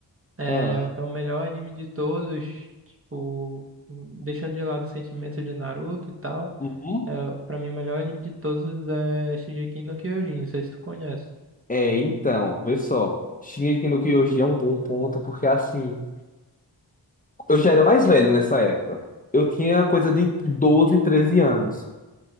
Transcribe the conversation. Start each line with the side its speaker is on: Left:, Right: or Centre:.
Right: É,
Left: Ah,
Right: é o melhor anime de todos, tipo, deixando de lado o sentimento de Naruto e tal.
Left: Uhum.
Right: É, pra mim, o melhor anime de todos é Shingeki no Kyojin, não sei se tu conhece.
Left: é, então, vê só. Shingeki no Kyojin é um bom ponto, porque assim, eu já era mais velho nessa época. Eu tinha coisa de 12, 13 anos.